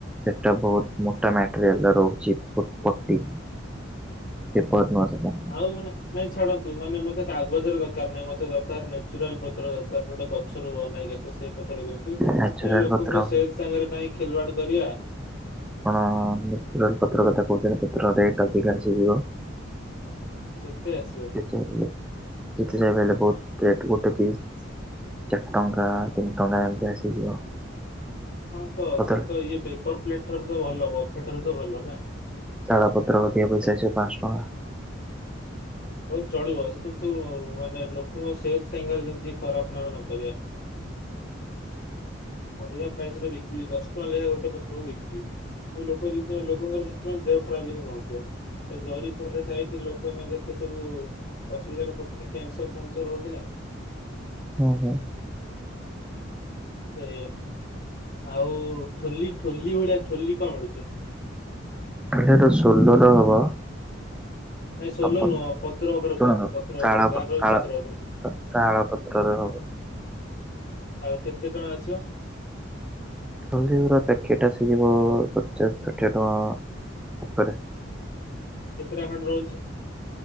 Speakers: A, in the centre; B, on the left.
A: ସେଟା ବୋହୁତୁ ମୋଟା ମ୍ୟାଟେରିଆଲର ରହୁଛି ପ ପଟି। ପେପର
B: ହୁଁ ହୁଁ
A: ନୁହଁ ସେଟା।
B: ଆଉ ମାନେ ନାଇଁ ଛାଡ଼ନ୍ତୁ ମାନେ ମତେ କାଗଜରେ ଦରକାର ନାହିଁ ମତେ ଦରକାର ନେଚୁରାଲ ପତ୍ର ଦରକାର ଯୋଉଟା ଗଛରୁ ବନା ହେଇକି ଆସିଥିବ ସେ ପତ୍ର ଦିଅନ୍ତୁ ମାନେ
A: ନାଚୁରାଲ
B: ଲୋକଙ୍କ
A: ପତ୍ର ହଁ
B: ସେଲ୍ ସାଙ୍ଗରେ କାଇଁ ଖେଲୁଆଡ କରିବା।
A: ଆପଣ ନେଚୁରାଲ ପତ୍ର କଥା କହୁଛନ୍ତି ପତ୍ର ରେଟ୍ ଅଧିକା ଆସିଯିବ।
B: କେତେ ଆସିବ?
A: <unintelligible> ଦେଖିଲେ ଜାଣି ପାରିବେ ବହୁତ ରେଟ୍ ଗୋଟେ ପିସ୍। ଚାରି ଟଙ୍କା ତିନି ଟଙ୍କା ଏମିତି ଆସିଯିବ।
B: ହଁ ତ
A: କଦଳୀ
B: ସିଏ ତ ଇଏ ପେପର ପ୍ଲେଟ ଠାରୁ ତ ଭଲ ବଫେ ଠାରୁ ତ ଭଲ ନା।
A: ଶାଳପତ୍ର ଅଧିକା ପଇସା ଅସିବ ପାଞ୍ଚ ଟଙ୍କା।
B: ହଉ ଚଳିବ ସେ କିନ୍ତୁ ମାନେ ଲୋକଙ୍କ ସେ <unintelligible> ସାଙ୍ଗରେ ଯେମିତି ଖରାପ ନା ଆମେ ନ କରିବା।
A: ହୁଁ ହୁଁ।
B: ଅଧିକା ପ୍ରାଇସ ରେ ବିକିବି ଦଶ ଟଙ୍କା ଲେଖାଏ ଗୋଟେ ପତ୍ରକୁ ବିକିବି। ଯୋଉ ଲୋକ ଯେମିତି ମାନେ ଲୋକଙ୍କର <unintelligible> ଦେହ ଖରାପ ଯେମିତି ନ ହଉଥିବ। ଏ‌ ଜରି ଫରିରେ ଖାଇକି ଲୋକ ଏଇନା କେତେ ସବୁ ଅସୁବିଧାରେ ପଡ଼ୁଛନ୍ତି କ୍ୟାନସର ଫ୍ୟାନସର ହଉଛି ନା।
A: ହୁଁ ହୁଁ।
B: ସେଇଆ ଆଉ ଠୋଲି ଠୋଲି ଭଳିଆ ଠୋଲି କଣ ମିଳୁଛି?
A: ଆଜ୍ଞା ଏଟା ଷୋଲର ହବ।
B: ନାଇଁ ସୋଲ
A: ଆଉ ପ
B: ନୁହଁ ପତ୍ର ଉପରେ
A: ଶୁଣନ୍ତୁ
B: କୁହନ୍ତୁ ପତ୍ର
A: ଶାଳ
B: ଉପରେ ଯାହା
A: ପ
B: କହିବେ
A: ଶାଳ
B: ପତ୍ର ଉପରେ।
A: ଶାଳ ପତ୍ରରେ ହବ।
B: ଆଉ କେତେ ଟଙ୍କା ଆସିବ?
A: ଆହୁରି ପୁରା ପ୍ୟାକେଟ ଆସିଯିବ ପଚାଶ ଷାଠିଏ ଟଙ୍କା। ଉପରେ।
B: କେତେଟା ଖଣ୍ଡେ ରହୁଛି?